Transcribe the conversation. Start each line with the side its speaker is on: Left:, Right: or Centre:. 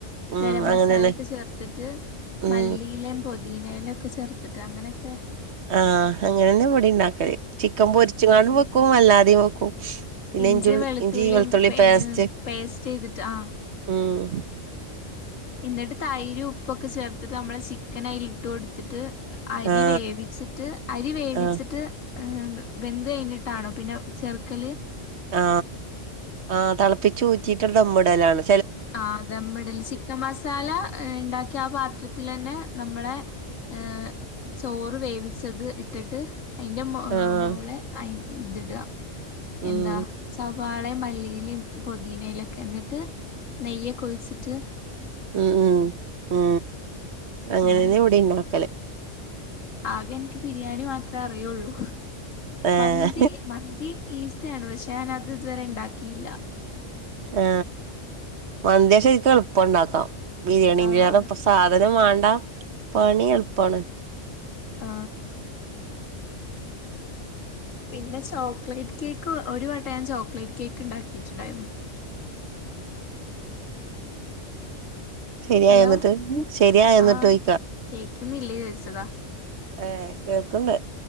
Right: ഉം
Left: ഗരം മസാലൊക്കെ
Right: അങ്ങനെന്നെ
Left: ചേർത്തിട്ട്
Right: ഉം
Left: മല്ലിയിലേം പൊ പൊദീനേല ഒക്കെ ചേർത്തിട്ട് അങ്ങനെക്കെ
Right: ആ അങ്ങനെന്നെ ഇവിടിം ഇണ്ടാക്കല് ചിക്കൻ പൊരിച്ച്കാണ്ടും വെക്കും അൽ ല്ലാതിം വെക്കും പിന്നെ
Left: ഇഞ്ചിയും
Right: ഇഞ്ചി
Left: വെളുത്തുള്ളിയും
Right: ഇഞ്ചി വെളുത്തുള്ളി
Left: പേ
Right: പേസ്റ്റ്
Left: പേസ്റ്റയ്തിട്ട് ആ
Right: ഉം
Left: ഇന്നിട്ട് തൈര് ഉപ്പൊക്കെ ചേർത്തിട്ട് നമ്മളെ ചിക്കൻ അയില്ഇട്ട് കൊടുത്തിട്ട് അരി
Right: ആ
Left: വേവിച്ചിട്ട് അരി വേവിച്ചിട്ട്
Right: ആ
Left: ബെന്ത് കഴിഞ്ഞിട്ടാണോ പിന്നെ ചെർക്കല്
Right: ആ ആ തളപ്പ പ്പിചൂറ്റിയിട്ടുള്ള ഉമ്മടലാണ്
Left: ആദമ്മിടൽ ചിക്കൻ മസാല ഇണ്ടാക്കിയ ആ പാത്രത്തിലെ തന്നെ നമ്മള് ഏ ചോറ് വേവിച്ചത് ഇട്ടിട്ട് അയിന്റെ
Right: ആഹ്
Left: മോളെ അയി ഇത് ഇട
Right: ഉം
Left: എന്താ സവാളെ മല്ലിയില പൊതിനയലൊക്കെ എന്നിട്ട് നെയ്യോക്കെഴിച്ചിട്ട്
Right: ഉം ഉം ആ അങ്ങനെന്നെ
Left: അങ്ങനെ
Right: ഇവിടെ ഉണ്ടാക്കല്
Left: ആകെ എനിക്ക് ബിരിയാണി മാത്രമേ അറിയുള്ളൂ
Right: ഏഹ്
Left: മന്തി മന്തി ഈസിയാണ് പക്ഷെ ഞാൻ അത് ഇതുവരെ ഇണ്ടാക്കിയില്ല
Right: ആ മന്തി ശരിക്കും എളുപ്പം ഒണ്ടാക്കാം ബിരിയാണിന്റെ
Left: ആഹ്
Right: ഏറെ സാധനം വ ട പണി എളുപ്പവാണ്
Left: ആ പിന്നെ ചോക്ലേറ്റ് കേക്ക് ഒരു വട്ട ഞാൻ ചോക്ലേറ്റ് കേക്ക് ഉണ്ടാക്കിട്ടുണ്ടായിരുന്നു
Right: ശരിയായി
Left: ഹലോ
Right: എന്നിട്ട് ശരിയായ എന്നിട്ട്
Left: ആഹ്
Right: ചോയിക്ക
Left: കേക്കുന്നില്ലേ ചോദിച്ചതാ
Right: ഏർ കേൾക്കണ്ട്